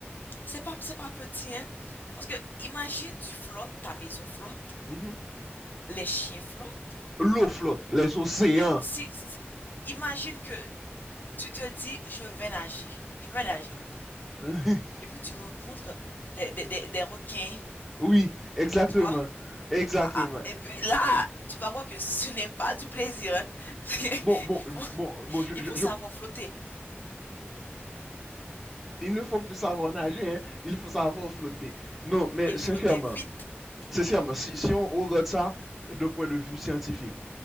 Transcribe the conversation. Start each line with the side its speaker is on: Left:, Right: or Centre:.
Left: c'est pas, c'est pas petit, hein. Parce que imagine, tu flottes, ta maison flotte,
Centre: Mhm.
Left: les chiens flottent.
Centre: L'eau flotte, les océans.
Left: Mais si, si- imagine que tu te dis, je vais nager. Je vais nager un peu.
Centre: <laughs>
Left: Et puis tu rencontres des, des, des, des requins,
Centre: Oui, exactement,
Left: tu vois.
Centre: exactement.
Left: Ah, ah. et puis là, tu vas voir que ce n'est pas du plaisir, hein. <laughs>
Centre: Bon, bon,
Left: Il faut,
Centre: bon, bon, je,
Left: il
Centre: je,
Left: faut
Centre: je-
Left: savoir flotter.
Centre: il ne faut plus savoir nager, hein, il faut savoir flotter. Non, mais
Left: Et
Centre: sincèrement.
Left: flotter vite,
Centre: Sincèrement, si, si on regarde ça d'un point de vue scientifique,